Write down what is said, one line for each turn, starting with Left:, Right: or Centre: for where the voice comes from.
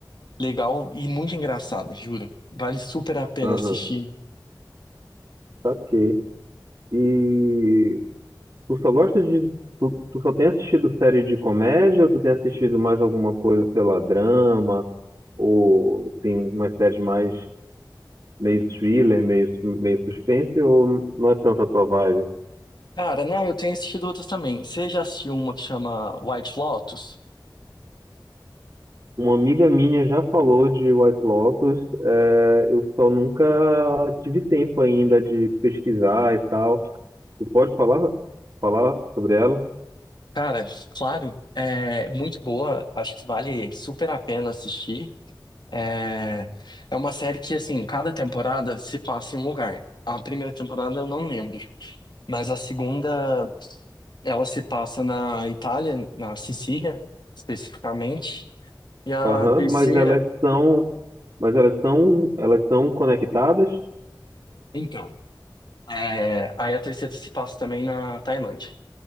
Left: legal e muito engraçado, juro. Vale super a pena
Right: aham,
Left: assistir.
Right: saquei. E Tu só gosta de. Tu, tu só tem assistido série de comédia ou tu tem assistido mais alguma coisa, sei lá, drama? Ou tem uma série mais meio thriller, meio, su- meio suspense? Ou não é tanto a tua vibe?
Left: Cara, não, eu tenho assistido outras também. Você já assistiu uma que chama White Lotus?
Right: Uma amiga minha já falou de White Lotus, é, eu só nunca tive tempo ainda de pesquisar e tal. Tu pode falar, falar sobre ela?
Left: Cara, claro, é muito boa, acho que vale super a pena assistir. É, é uma série que, assim, cada temporada se passa em um lugar. A primeira temporada eu não lembro, mas a segunda ela se passa na Itália, na Sicília, especificamente. E a
Right: Aham,
Left: terceira,
Right: mas elas são, mas elas são, elas são conectadas?
Left: então, é, aí a terceira se passa também na Tailândia.